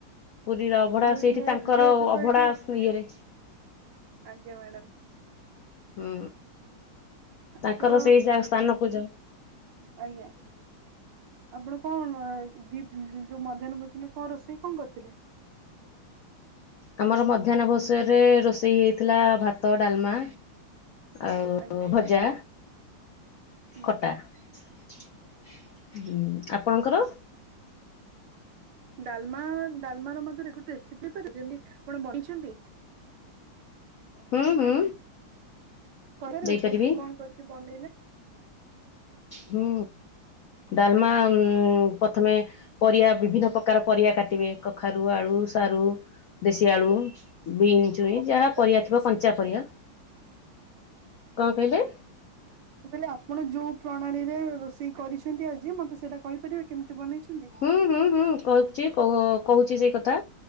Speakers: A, on the left; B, on the right.
A: ପୁରୀର ଅଭଢା
B: ମୁଁ
A: ସେଇଠି
B: ମୋ
A: ତାଙ୍କର
B: ଯେହେତୁ ତ
A: ଅଭଢା
B: ଏଇଠି
A: ଇଏରେ
B: ଆଜ୍ଞା ମ୍ୟାଡ଼ାମ୍।
A: ହୁଁ, ତାଙ୍କର
B: ଆପଣ
A: ସେଇ ସ୍ଥାନକୁ ଯାଓ।
B: ଆଜ୍ଞା, ଆପଣ କନ ଡି ଯୋଉ ମଧ୍ୟାନ ଭୋ କଣ ରୋଷେଇ କଣ କରିଥିଲେ?
A: ଆମର ମଧ୍ୟାହ୍ନ ଭଷରେ ରୋଷେଇ ହେଇଥିଲା ଭାତ ଡାଲମା ଆଉ
B: ଆଜ୍ଞା
A: ଭଜା
B: ହୁଁ।
A: ଖଟା। ହୁଁ ଆପଣଙ୍କର?
B: ଡାଲମା ଡାଲମା ର ମଧ୍ୟ ଗୋଟେ ରେସିପି ଯେମିତି ଆପଣ ବନେଇଛନ୍ତି? <inaudible>
A: ହୁଁ ହୁଁ।
B: କହିପାରିବି
A: ଦେଇପାରିବି
B: କେମିତି କଣ କରିକି ବନେଇଲେ?
A: ହୁଁ। ଡାଲମା ଉ ପ୍ରଥମେ ପରିବା ବିଭିନ୍ନ ପ୍ରକାର ପରିବା କାଟିବେ କଖାରୁ ଆଳୁ ସାରୁ, ଦେଶୀ ଆଳୁ ବିଇଞ୍ଚୁଇ
B: ଆପଣ
A: ଯାହା
B: କଣ ପକେଇକି
A: ପରିବା ଥିବ
B: ରୋଷେଇ
A: କଞ୍ଚା
B: କରିଛନ୍ତି?
A: ପରିବା। କଣ କହିଲେ?
B: ମୁଁ କହିଲି ଆପଣ ଯୋଉ ପ୍ରଣାଳୀରେ ରୋଷେଇ କରିଛନ୍ତି ଆଜି ମତେ ସେଇଟା କହିପାରିବେ? କେମିତି ବନେଇଛନ୍ତି?
A: ହୁଁ ହୁଁ ହୁଁ କହୁଛି କହୁଛି ସେଇ କଥା।